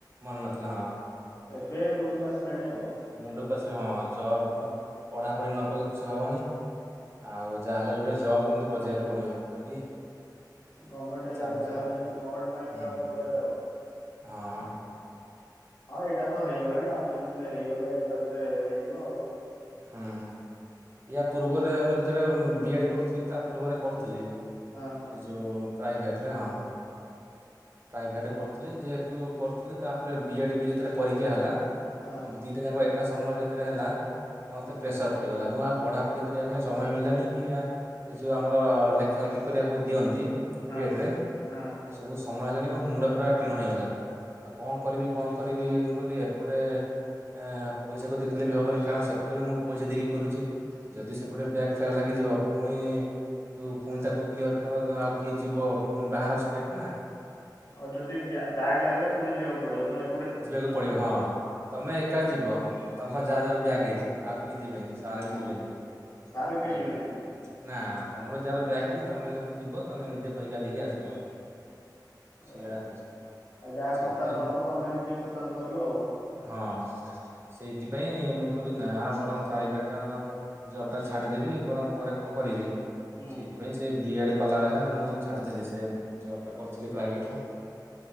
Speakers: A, on the right; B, on the left.
A: ମନ ନଥିଲା ହଁ।
B: ଏବେ ମୁଣ୍ଡକୁ ଆସିଲାଣି ଆଉ।
A: ମୁଣ୍ଡକୁ ଆସିଲି ହଁ ଜବ ପଢ଼ାପଢ଼ି ନ କଲେ କିଛି ହବନି ଆଉ ଯାହାହେଲେ ଗୋଟେ ଜବ୍ କିନ୍ତୁ ବଜେଇବାକୁ ପଡ଼ିବ କହିକି
B: ଗଭର୍ଣ୍ଣମେଣ୍ଟ
A: ଚାଲିଛି
B: ଯାହେଲେ
A: ଆଉ
B: ଗଭର୍ଣ୍ଣମେଣ୍ଟ ପାଇଁ
A: ହୁଁ
B: ପୁରା
A: ହୁଁ
B: ପ୍ରିପେୟାର ଆଉ।
A: ହଁ।
B: ହଁ ଏଇଟା ତ ହେଇଗଲାଣି ଆଉ କିଛି ଦିନ ହେଇଗଲେ ଏକାଥରେ ହେଇଯିବ ଆଉ।
A: ହୁଁ ୟା ପୂର୍ବରେ ମୁଁ ଯେତେବେଳେ ବି ଏଡ କରୁଥିଲି ତା ପୂର୍ବରେ କରୁଥିଲି
B: ଆଁ।
A: ଏ ଯୋ ପ୍ରାଇଭେଟରେ ହଁ। ପ୍ରାଇଭେଟ କରୁଥିଲି ଯେହେତୁ କରୁଥିଲି ତାପରେ ବି ଏଡ୍ ବି ଯେତେବେଳେ ପରୀକ୍ଷା ହେଲା
B: ହଁ।
A: ଦିଟା ଯାଙ୍କ କ ଏକା ସମୟରେ ଯେତେବେଳେ ହେଲା ମତେ
B: ଆଚ୍ଛା
A: ପ୍ରେସର ପଡିଗଲା ମୁଁ ଆଉ ପଢାପଢି କରିବା ପାଇଁ ସମୟ ମିଳିଲାନି କି ଆ ଏ ଯୋଉ ଆମର ଲେଖା ଲେଖି କରିବାକୁ ଦିଅନ୍ତି
B: ହଁ
A: ବି ଏଡ ରେ
B: ହଁ
A: ଏ ସବୁ ସମୟ ହେଲାନି ମୋ ମୁଣ୍ଡ ପୁରା ଟିଣ ହେଇଗଲା। ଆଉ କଣ କରିବି କଣ କରିବି ମୁଁ କହିଲି ଏପଟେ ଏ ଏଁ ପଇସାକୁ ଦେଖିଲେ ବି ହେବନି କାରଣ ସେ ସେପଟେ ବି ମୁଁ ପଇସା ଦେଇକି କରୁଚି ଯଦି ସେପଟେ ବ୍ୟାଗ୍ ଫ୍ୟାଗ୍ ଲାଗିଯିବ ପୁଣି ଇ ତୁ ପୁଣି ତାକୁ କ୍ଲିୟର କର ଆଉ କିଏ ଯିବ ପୁଣି ବାହାର ଷ୍ଟେଟ ନା
B: ଆଉ ଯଦି ବ୍ୟା ବ୍ୟାକ ଲାଗିଲା ପୁଣି ଯିବାକୁ ପଡିବ ତମ
A: ଯିବାକୁ ପଡିବ ହଁ ତମେ ଏକା ଯିବ ତମ ପା ଯାହା ଯାର ବ୍ୟାକ୍ ହେଇଛି ଆଉ କିହି ଯିବେନି। ସାର
B: ଆଉ
A: ବି ଯିବେନି କେହି ହେଲା
B: ସାର୍ ବି କେହି ଯିବେନି
A: କି। ନା ତମର ଯାହାର ବ୍ୟାକ ଅଛି ତମେ ଯିବ ତମେ ନିଜେ ପରୀକ୍ଷା ଦେଇକି ଆସିବ। ସେଇଭଳିଆ
B: ଆଉ
A: <unintelligible>
B: ଯାହା
A: ସେଇଥିପାଇଁ
B: ଖର୍ଚ୍ଚାନ୍ତ ହବ ତମେ ନିଜେ ଖର୍ଚ୍ଚାନ୍ତ କରିବ ଆଉ।
A: ହଁ ସେଇଥିପାଇଁ ମୁଁ କହିଲି ନା ବରଂ ପ୍ରାଇଭେଟ ଜବ୍ ଟା ଛାଡିଦେବି ବରଂ ପରେ କଣ କରିବି
B: ହୁଁ
A: ସେଇଥିପାଇଁ ସେ ବି ଏ ଡ କଲା ବେଳେ ମୁଁ ଛାଡିଦେଲି ସେ ଜବ ଟା କରୁଥିଲି ପ୍ରାଇଭେଟରେ।